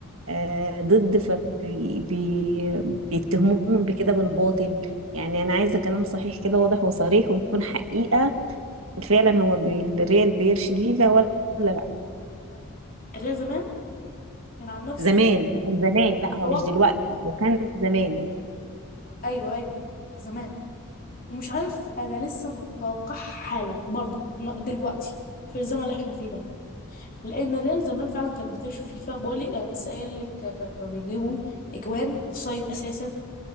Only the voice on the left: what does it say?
الريال زمان من عن نفسي
متوقع
أيوه أيوه زمان ومش عارف أنا لسه متوقع حالا برضه ن- دلوقتي في الزمن اللي احنا فيه ده لأن الريال زمان فعلا كانت بتمشي فيفا بقول لك أنا لسه قايل لك كانوا بيجيبوا أجوان أوفسايد أساسا